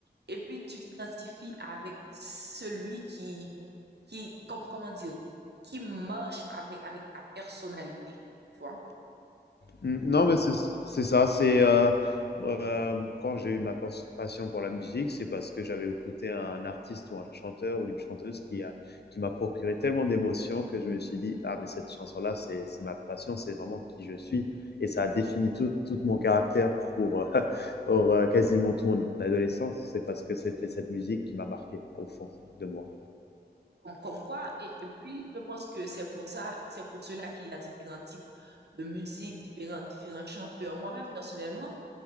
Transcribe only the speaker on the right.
Et puis, tu t'identifies avec celui qui, qui, comme, comment dire, qui marche avec, avec ta personnalité, tu vois.
Comme, comme quoi, et, et puis je pense que c'est pour ça, c'est pour cela qu'il y a différents types de musique, différents, différents chanteurs. Moi-même, personnellement,